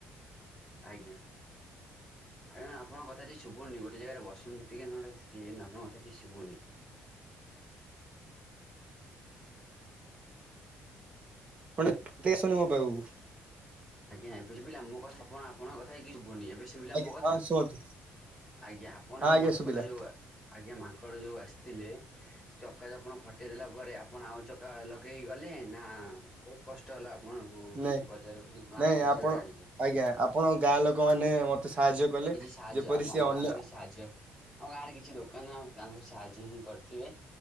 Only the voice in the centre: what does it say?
ଆଜ୍ଞା ଆଜ୍ଞା ଆପଣ କଥା କିଛି ଶୁବୁନି ଗୋଟେ ଜାଗାରେ ବସନ୍ତୁ ଟିକେ ନ କିଛି ଆଣ କଥା କିଛି ଶୁବୁନି
ଆଜ୍ଞା ଏବେ ଶୁବିଲା ମୋ କଥା ଆପଣଙ୍କ କଥା କିଛି ଶୁବୁନି ଏବେ ଶୁଭିଲା
ମୋ କଥା
ଆଜ୍ଞା ଆପଣ
ଯଉ ମାଙ୍କଡ଼
ଯଉ ଆଜ୍ଞା ମାଙ୍କଡ଼ ଯୋଉ ଆସିଥିଲେ ଚକା ଯୋ ଆପଣ ଫଟେଇ ଦେଲା ପରେ ଆପଣ ଆଉ ଚକା ଲଗେଇ ଗଲେ ନା ବହୁତ କଷ୍ଟ ହେଲା ଆପଣଙ୍କୁ
ବଜାର ମାର୍କେଟ
ଯିବାକୁ ଆଣିଲେ
କିଜି <unintelligible> ସାହାଯ୍ୟ
ଆ
ମଗଣଛି
ସାହାଯ୍ୟ ଆମ ଗାଁରେ କିଛି ଦୋକାନ ଆମ ଗାଁ ଲୋକ ସାହାଯ୍ୟ ହିଁ କରିଥିବେ